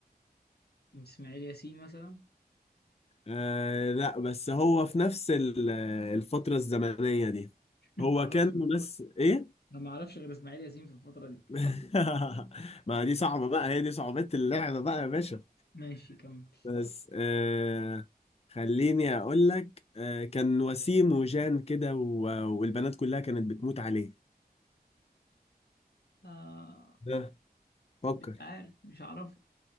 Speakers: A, on the left (about 85°); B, on the left (about 40°).
A: اسماعيل ياسين مثلا
B: آه لا بس هو في نفس ال- آه، الفترة الزمنية دي
A: <laughs> انا
B: هو
A: ما اعرفش
B: كان ممثل ايه
A: انا ما اعرفش غير اسماعيل ياسين في الفترة دي
B: <laughs> ما دي صعبة بقى هي دي صعوبة اللعبة بقى يا باشا
A: ماشي كمل
B: بس آه خليني
A: بس.
B: اقول لك آه كان وسيم وجان كده و- والبنات كلها كانت بتموت عليه
A: آه
B: ده فكر
A: مش عارف مش عارف